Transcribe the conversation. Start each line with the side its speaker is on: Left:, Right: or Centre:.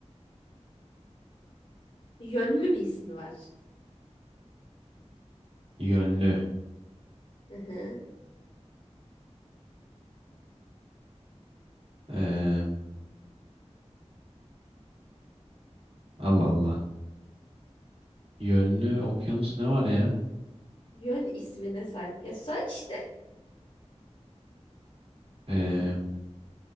Left: Yönlü bir ismi var.
Right: yönlü.
Left: Hı hı.
Right: Ee, Allah Allah. Yönlü okyanus ne var ya?
Left: Yön ismine sahip. Ya say işte.
Right: Ee,